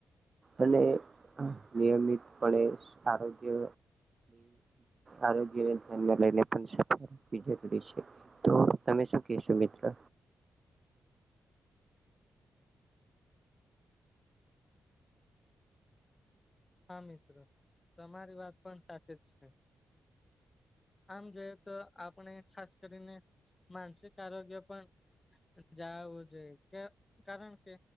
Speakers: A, on the right; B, on the left.
A: અને નિયમિત પણે આરોગ્ય આરોગ્યને ધ્યાન લઈને પણ સફળ રાખવી <unintelligible> તો તમે શું કહેશો મિત્રો?
B: હા મિત્રો તમારી વાત પણ સાચી જ છે. આમ જોઈએ તો આપણે ખાસ કરીને માનસિક આરોગ્ય પણ જ આવું જોઈએ કે કારણ કે